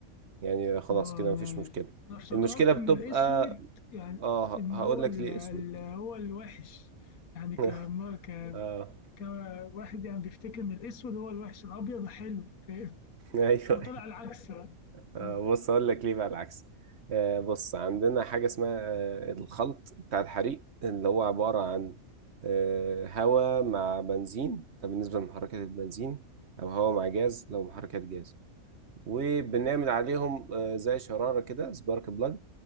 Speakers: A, on the right; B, on the left.
A: يعني خلاص
B: اه
A: كده
B: انا
A: مفيش مشكلة
B: انا افتكرت
A: المشكلة بتبقى
B: ان الاسود يعني
A: اه
B: ان
A: هقول
B: هو
A: لك
B: ال...
A: ليه
B: ال...
A: اسود
B: هو الوحش يعني
A: <laughs>
B: ك... ك...
A: اه
B: كواحد يعني بيفتكر ان الاسود هو الوحش الابيض حلو <laughs> فاهم
A: ايوه
B: ده طلع العكس بقى
A: آه،
B: اه
A: بص اقول لك ليه بقى العكس آه، بص عندنا حاجه اسمها آه، الخلط بتاع الحريق اللي هو عباره عن آه، هواء مع بنزين ده بالنسبه لمحركات البنزين او هواء مع جاز لو محركات جاز وبنعمل عليهم آه، زي شراره كده سبارك بلاج